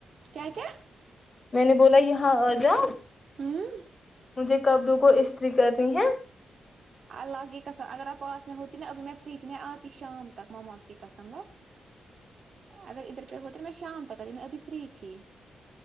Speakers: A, on the right; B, on the left.
A: کیا کیا
B: میں نے بولا یہاں آجاؤ
A: ہ
B: مجھے کبڑو کو استری کرنی ہے
A: اللہ کی قسم اگر آپ پاس میں ہوتی نا ابھی میں فری تھی میں آتی شام تک مما کی قسم بس اگر ادھر پہ ہو تو میں شام تک ای میں ابھی فری تھی